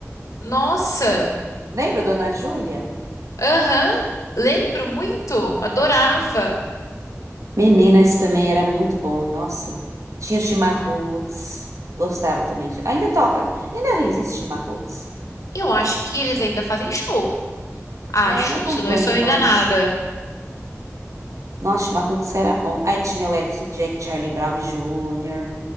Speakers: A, on the left (about 85°); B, on the right (about 75°).
A: Nossa.
B: Lembra, Dona Júlia?
A: Aham. Lembro muito. Adorava.
B: Menina, esse também era muito bom, nossa. Tinha Chimarruts. Gostava também. Ainda toca. Ainda existe Chimarruts?
A: Eu acho que eles ainda fazem show. Acho,
B: É, eu não acompanho
A: se eu não estou
B: mais.
A: enganada.
B: Nossa, Marrudos era bom. Aí tinha o Alice Jack, Charlie Brown Jr.,